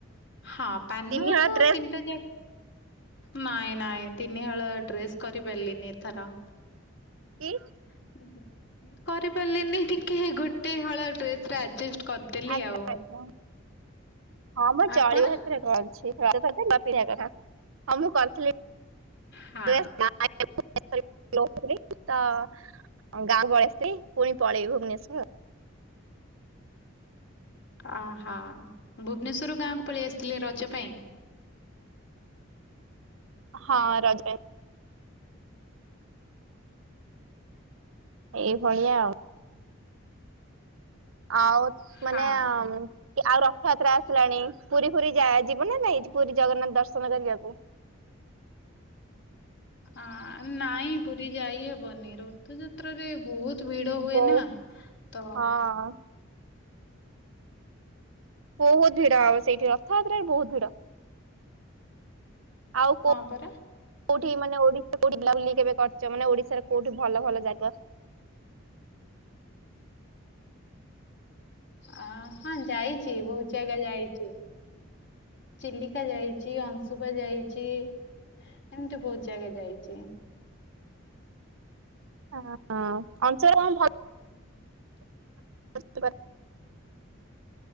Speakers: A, on the left (about 60°); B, on the right (about 80°).
A: ହଁ ପାନ
B: ତିନି ହଳ
A: ତ
B: ଡ୍ରେସ
A: ତିନଟା ଯା ନାଇଁ ନାଇଁ ତିନିହଳ ଡ୍ରେସ୍ କରିପାରିଲିନି ଏଥର ଉଁ
B: କି
A: ହୁଁ ହୁଁ <unintelligible> କରିପାରିଲେନି ଟିକେ ଗୋଟେ ହଳ ଡ୍ରେସ ଆଜେଷ୍ଟ କରିଦେଲି
B: ଆଚ୍ଛା
A: ଆଉ
B: ଆଚ୍ଛା ହଁ ମ ଚଳିବ
A: ଆପଣ?
B: ସେଥିରେ କଣ ଅଛି ପିଧ କଥା ହଁ ମୁଁ କରିଥିଲି
A: ହଁ।
B: <unintelligible> ହ <unintelligible> ନେଶର ତ ଗାଁ ପଳେଇ ଆସିଚି ପୁଣି ପଳେଇବି ଭୁବନେଶ୍ଵର
A: ଆହା ଭୁବନେଶ୍ଵର ଗାଁକୁ ପଳେଇ ଆସିଥିଲେ ରଜ ପାଇଁ
B: ହଁ ରଜ ଏଇଭଳିଆ ଆଉ ଆଉ
A: ହଁ।
B: ମାନେ ଆଉ ରଥଯାତ୍ରା ହେଲାଣି ପୁରୀ ଫୁରୀ ଯା ଯିବୁ ନା ନାଇଁ ପୁରୀ ଜଗନ୍ନାଥ ଦର୍ଶନ କରିବାକୁ
A: ହଁ ନାଇଁ ପୁରୀ ଯାଇହବନି ରଥଯାତ୍ରାରେ ବହୁତ ଭିଡ ହୁଏନା
B: ବୋଉ
A: ତ
B: ହଁ ବହୁତ ଭିଡ ହବ ସେଇଠି ରଥଯାତ୍ରାରେ ବହୁତ ଭିଡ ଆଉ କୋଉ
A: ହଁ ପରା
B: କୋଉଠି ମାନେ ଓଡିଶା କୋଉଠି ବୁଲାବୁଲି କେବେ କରିଚ ମାନେ ଓଡିଶାର କୋଉଠି ଭଲ ଭଲ ଜାଗା
A: ଅ ହଁ ଯାଇଛି ବହୁତ ଜାଗା ଯାଇଛି ଚିଲିକା ଯାଇଛି ଅଂଶୁପା ଯାଇଛି ଏମିତି ବହୁତ ଜାଗା ଯାଇଛି
B: ହ ହଁ ଅନଂସ ଭଲ <unintelligible> ବସ୍ ବାସ୍ <unintelligible>